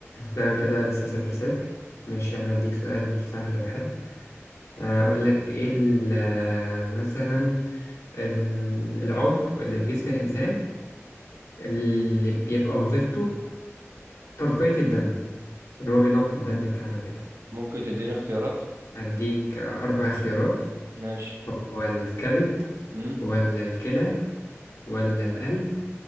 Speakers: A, on the left; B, on the right.
A: ده كده لسه صفر صفر مش أنا هديك سؤال سهل وحلو آه، أقول لك إيه ال- آه، مثلا ال- العضو اللي في جسم الإنسان اللي بيبقى وظيفته تنقية الدم اللي هو بينقي الدم بتاعنا كده
B: ممكن تديني اختيارات
A: هديك أربع اختيارات
B: ماشي
A: هو الكبد
B: امم
A: ولا الكلى ولا القلب